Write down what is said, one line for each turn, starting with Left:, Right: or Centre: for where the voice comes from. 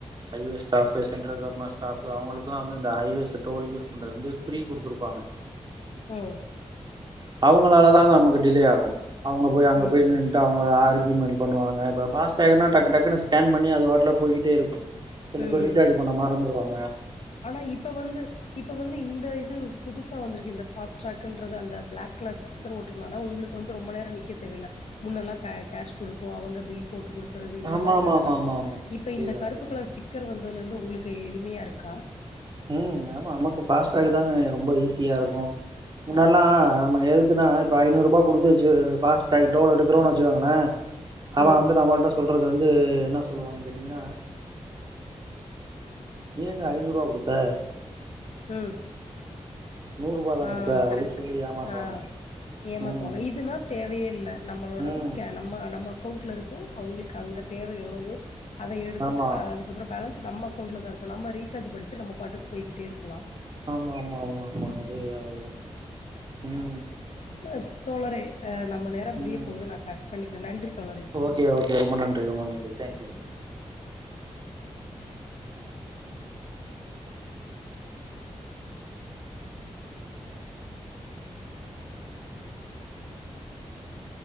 Right: highways staff central government staff அவுங்களுக்கெல்லா வந்து இந்த ஹவேஸ் டோல் யூஸ் பண்றது வந்து ஃபிரீ குடுருப்பாங்க
Left: ம்
Right: அவுங்களாலதா நமக்கு டிலே ஆகு அவுங்க போய் அங்க
Left: ம்
Right: போய் நின் அவுங்க ஆர்கியுமெண் பண்ணுவாங்க இப்ப ஃபாஸ்ட்டிராக் டக்கு டக்குனு ஸ்கேன் பண்ணி அது ரோட்ல போயிகிட்டே இருக்கு சில
Left: ம்
Right: பேர் ரீசார்ஜ் பண்ண மறந்துருவாங்
Left: ஆனா இப்ப வந்து இப்ப வந்து இந்த இது புதுசா வந்திருக்கு இந்த ஃபாஸ் டிராக்ன்றது அந்த பிளாக் கலர் ஸ்டிக்கர் ஓட்டுருனால உங்களுக்கு வந்து ரொம்ப நேரோ நிக்க தேவையில்ல முன்னெல்லா க கேஷ் குடுப்போ அவுங்க பில் போட்டு குடுக்கறது இந்த
Right: ஆமா
Left: மாரி
Right: ஆமா
Left: வேலல்லா
Right: ஆமா
Left: இருக்கு
Right: ஆமா ஆமா
Left: இப்ப
Right: அதேதா
Left: இந்த கருப்பு
Right: அதேதா
Left: கலர் ஸ்டிக்கர் வந்து ந்ததுலந்து உங்களுக்கு எளிமையா இருக்கா
Right: உ ஆமா நமக்கு ஃபாஸ்ட்டாக தாங்க ரொம்ப ஈஸியா இருக்கு முன்னால்லா
Left: ஆ
Right: நம்ம எது த்னா இப்ப ஐநூறுபா குடுத்துச்சு ஃபாஸ்டேக் டோல் எடுக்கறோனு வச்சுக்கங்கள அவ
Left: ம்
Right: வந்து நமள்ட்ட சொல் சொலது வந்து என்ன சொல்லுவான்னு கேட்டீங்கன்னா நீங்க ஐநூறு ரூபா குடுத் க
Left: உ
Right: ரூபா தான்
Left: ஆ
Right: குடுத்த
Left: கரெக்ட்
Right: அப்டின்னு சொல்லி ஏமாத்துவாங்க
Left: ஆ ஏமாத்துவாங்க
Right: ம்
Left: இதுன்னா தேவைய இல்ல நம்மளோட
Right: ம்
Left: ஸ்கேன் நம்ம நம்ம அக்கவுண்ட்ல இருக்கு அவங்களுக்கு அங்க தேவ எவ்வளவு அத எடுத்துட்டு
Right: ஆமா
Left: அதுக்கப்புறோ பேலன்ஸ் நம்ம அவுண்ட்ல தா இருக்கு நம்ம ரீசார்ஜ் பன்ட்டு நம் பாட்டுக்கு போயிக்ட்டே இருக் கலா
Right: ஆமா ஆமா ஆமா ஆமா அதேதா அதேதா உ
Left: ச தோழரே அ நம்ம நேரம் முடிய
Right: ம்
Left: போது நா கட் பண்ணிக்கிறே நன்றி தோழரே
Right: ஓகே ஓகே ரொம்ப நன்றி ரொம்ப நன்றி தேங்க்யூ